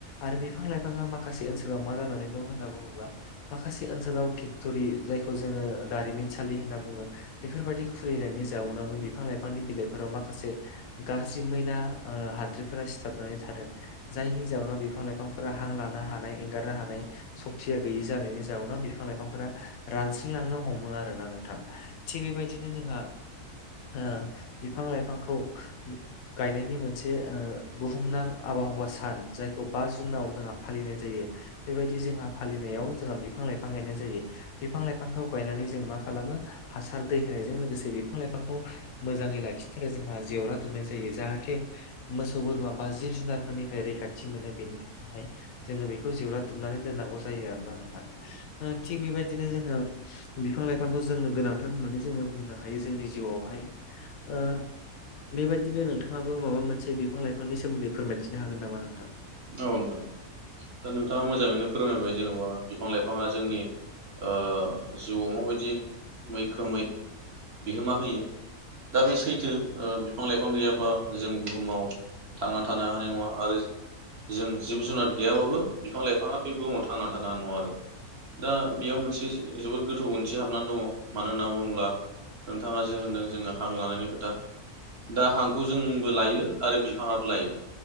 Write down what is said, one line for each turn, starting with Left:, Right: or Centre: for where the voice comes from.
Left: आरो बिफां लाइफाङा माखासे ओनसोलाव मा जानानै दं होनना बुङोब्ला माखासे ओनसोलाव फेक्ट'रि जायखौ जोंङो दारिमिनसालि होनना बुङो। बेफोरबायाददि खुलिनायनि जाउनावनो बिफां लाइफांनि बिलाइफोराव माखासे गाज्रि मैना ओ हाद्रिफोरा सिथाबनानै थादों‌ जायनि जाहोनाव बिफां लाइफांफोरा हां लानो हानाय एंगारनो हानाय सक्तिया गैयि जानायनि जाउावनोाव बिफां लाइफांफोरा रानस्रिलांनो हमो आरोना नोंथां। थिग बेबायदिनो जोंहा ओ बिफां लाइफांखौ गायनायनि मोनसे ओ बुहुमनां आबहावा सान जायखौ बा जुनाव जोंहा फालिनाय जायो। बेबायदि जोंहा फालिनायाव जोंहा बिफां लाइफां गायनाय जायो। बिफां लाइफांखौ गायनानै जों मा खालामो हासार दै होनायजों लोगोसे बिफां लाइफांखौ मोजाङै लाखिनो थाखाय जोंहा जेवरा दुमनाय जायो जाहाथे मोसौ बोरमा बा जिब-जुनारफोरनिफ्राय रैखाथि मोनो बेनि थाखायहाय जोङो बेखौ जेवरा दुमनानै दोननांगौ जायो आरोना नोंथां ओ थिग बेबायदिनो जोङो बिफां-लाइफांखौ जोंनो गोनांथार होननानै जोङो बुंनो हायो जोंनि जिउआवहाय ओ बेबायदिनो नोंथाङाबो माबा मोनसे बिफां लाइफांनि सोमोन्दै फोरमायथिनो हागोन नामा नोंथां?
Right: औ नोंथां दा नोंथाङा मोजाङैनो फोरमायबाय जेन'बा बिफां लाइफाङा जोंनि ओ जिउआव माबायदि मैखोमै बिहोमा होयो दा बे सैथो ओ बिफां-लाइफां गैयाबा जों बुहुमाव थांना थानो हानाय नङा आरो जों जिब जुनार गैयाबाबो बिफां लाइफाङा बे बुहुमाव थांना थानो हानाय नङा आरो दा बेयाव मोनसे जोबोद गोथौ ओंथि हाबनानै दङ मानो होनना बुंब्ला नोंथाङा जे होनदों जोङो हां लानायनि खोथा दा हांखौ जोंबो लायो आरो बिफाङाबो लायो